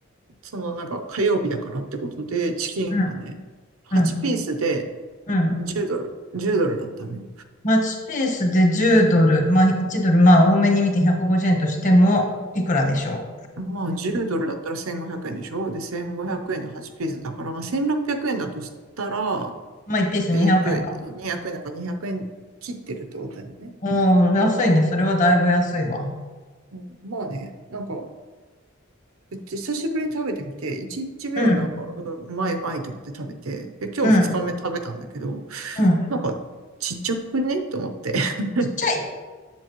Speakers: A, on the right; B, on the left.
A: そのなんか火曜日だからってことで、チキンがね、
B: うん、
A: 8ピースで
B: うん、うん。
A: 10ドル、10ドルだったね。
B: マッチペースで10ドル、まあ1ドル、まあ多めに見て150円としても、いくらでしょ
A: まあ10ドルだったら1500円でしょで、1500円で8ピースだから、まあ1600円だとしたら、
B: う。まあ1ピース200円か。
A: えっと、200円だから200円切ってるってことだよね。
B: おー、安いね。それはだいぶ安いわ。
A: うんまあね、なんか、久しぶりに食べてみて、1日目はなんか、
B: うん、
A: うん、うまいうまいと思って食べて、で、今日2日目食べたんだけど、
B: うん、うん。
A: なんか、ちっちゃくねと思って。<laughs>
B: ちっちゃい、